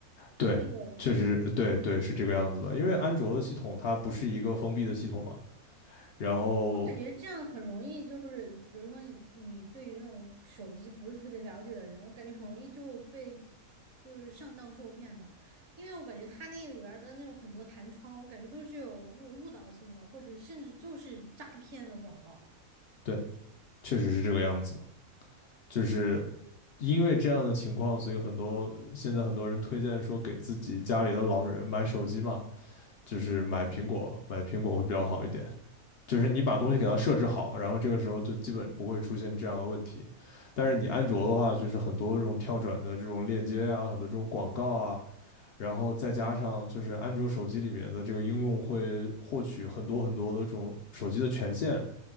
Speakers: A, on the left; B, on the right.
A: 对，
B: 那个
A: 确实，对对是这个样子的。因为安卓的系统它不是一个封闭的系统嘛，然后
B: 我感觉这样很容易，就是比如说你你对于那种手机不是特别了解的人，我感觉很容易就被就是上当受骗吧，因为我感觉他那里边儿的那种很多弹窗，我感觉都是有那种误导性的，或者甚至就是诈骗的广告。
A: 对，确实是这个样子，就是因为这样的情况，所以很多现在很多人推荐说给自己家里的老人买手机嘛，就是买苹果，
B: 嗯
A: 买苹果会比较好一点。就是你把东西给它设置好，然后这个时候就基本不会出现这样的问题。但是你安卓的话，就是很多这种跳转的这种链接啊，很多这种广告啊，然后再加上就是安卓手机里面的这个应用会获取很多很多的这种手机的权限，
B: 嗯